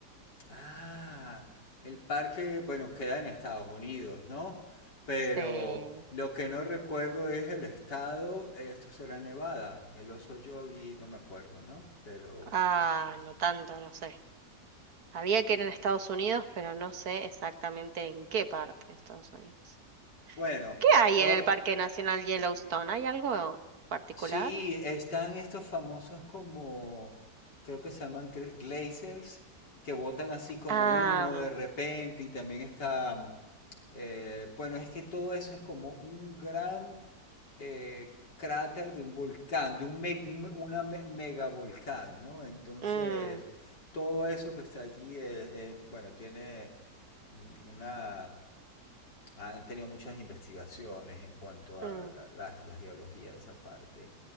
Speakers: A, on the left; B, on the right.
A: Ah, el parque, bueno, queda en Estados Unidos, ¿no? Pero
B: Sí.
A: lo que no recuerdo es el estado, esto será Nevada, el oso Yogi, no me acuerdo, ¿no? Pero
B: Ah, no tanto, no sé. Sabía que era en Estados Unidos, pero no sé exactamente en qué parte de Estados Unidos.
A: bueno,
B: ¿Qué hay
A: yo
B: en el Parque Nacional Yellowstone? ¿Hay algo particular?
A: sí, están estos famosos como, creo que se llaman gla- glazers, que botan así como
B: Ah,
A: humo de repente y también está mm, Eh, bueno, es que todo eso es como un gran eh, cráter de un volcán, de un me- un- una me- megavolcán, ¿no? Entonces,
B: mm,
A: todo eso que está allí, es- es, bueno, tiene mm, una... Han tenido muchas investigaciones en cuanto a
B: mm,
A: la, la- la geología de esa parte.